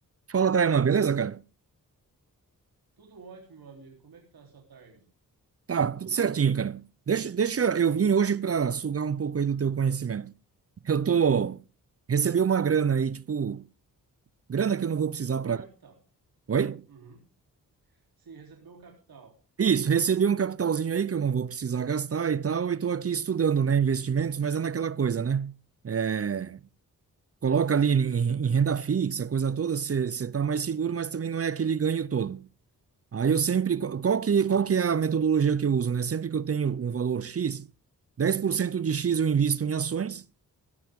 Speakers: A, on the right (about 40°); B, on the right (about 70°).
A: Fala, Daiman, beleza, cara?
B: Tudo ótimo, meu amigo. Como é que tá a sua tarde?
A: Tá, tudo certinho, cara. Deixa, deixa eu vim hoje para sugar um pouco aí do teu conhecimento. Eu tô recebi uma grana aí, tipo, grana que eu não vou precisar
B: Um
A: para.
B: capital.
A: Oi?
B: Uhum. Sim, recebeu um capital.
A: Isso, recebi um capitalzinho aí que eu não vou precisar gastar e tal, e tô aqui estudando, né, investimentos, mas é naquela coisa, né? É, coloca ali em, em renda fixa, coisa toda, você tá mais seguro, mas também não é aquele ganho todo. Aí eu sempre, qual qual que, qual que é a metodologia que eu uso, né? Sempre que eu tenho um valor X, 10% de X eu invisto em ações,